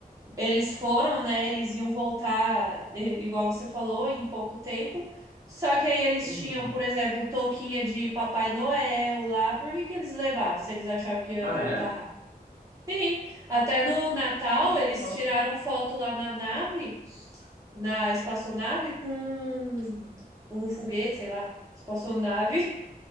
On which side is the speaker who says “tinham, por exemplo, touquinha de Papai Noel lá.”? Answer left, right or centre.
Right